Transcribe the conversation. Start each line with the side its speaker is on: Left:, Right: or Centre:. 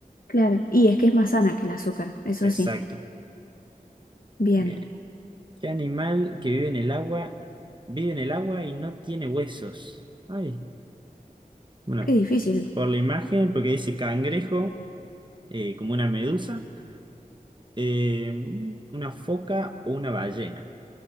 Left: Claro. Y es que es más sana que el azúcar, eso
Right: Exacto.
Left: sí. Bien.
Right: Bien, ¿Qué animal que vive en el agua, vive en el agua y no tiene huesos? Ay, bueno,
Left: Qué difícil.
Right: por la imagen, porque dice cangrejo, eh, como una medusa, eh, una foca o una ballena.